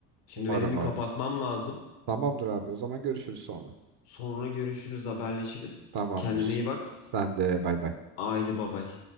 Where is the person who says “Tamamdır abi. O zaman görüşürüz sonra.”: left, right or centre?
Right